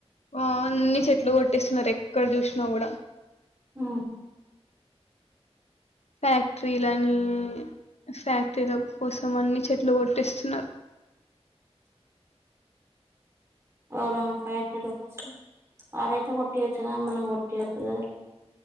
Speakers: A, on the left; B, on the right.
A: ఆ అన్ని చెట్లు కొట్టేస్తున్నారు ఎక్కడ చూసిన కూడ
B: ఆ
A: ఫ్యాక్టరీలని ఫ్యాక్టరీల కోసం అన్ని చెట్లు కొట్టేస్తున్నారు
B: అవునవును ఫ్యాక్టరీల కోసం వాడైతే కొట్టియచ్చు కాని మనం కొట్టియద్దు కదరా